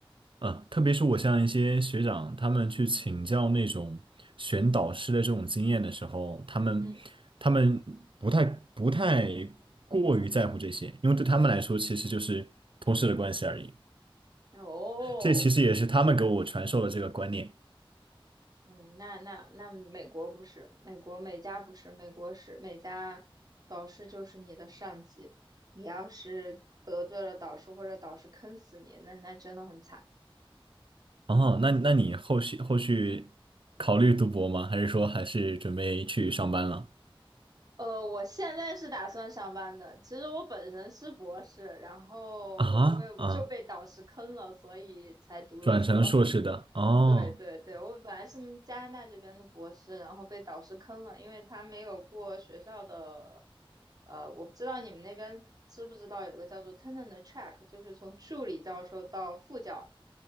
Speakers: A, on the right; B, on the right.
A: 啊，特别是我像一些学长，他们去请教那种选导师的这种经验的时候，他们他们不太不太
B: 嗯，
A: 过于在乎这些，因为对他们来说其实就是同事的关系而已。
B: 哦。
A: 这其实也是他们给我传授的这个观念。
B: 嗯，那那那美国不是，美国美家不是，美国是美家，导师就是你的上级，你要是得罪了导师或者导师坑死你，那那真的很惨。
A: 哦，那那你后续后续考虑读博吗？还是说还是准备去上班了？
B: 呃，我现在是打算上班的，其实我本身是博士，然后因为就被导师坑了，
A: 啊啊，
B: 所以才读的硕。
A: 转成硕士的哦，
B: 对对对，我本来是嗯加拿大这边的博士，然后被导师坑了，因为他没有过学校的，呃，我不知道你们那边知不知道有个叫做 tenure 的 track，就是从助理教授到副教，